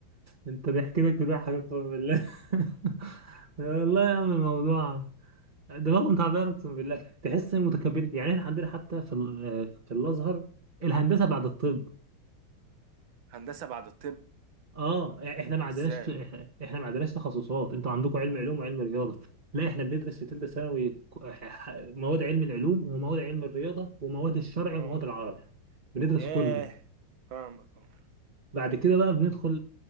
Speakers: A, on the right; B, on the right.
A: انت ضحكتك لك بيضحكك اقسم بالله <laughs> والله يا عم الموضوع دماغهم تعبانه اقسم بالله تحس متكبرين يعني احنا عندنا حتى في ال- في الازهر الهندسه بعد الطب
B: هندسه بعد الطب
A: اه يعني احنا ما عندناش
B: ازاي
A: احنا ما عندناش تخصصات انتوا عندكم علم علوم وعلم رياضه لا احنا بندرس في ثالثه ثانوي ك- ح- ح- مواد علم العلوم ومواد علم الرياضه ومواد الشرع
B: اه
A: ومواد العربي بندرس
B: ياه
A: كله
B: فاهمك اه
A: بعد كده بقى بندخل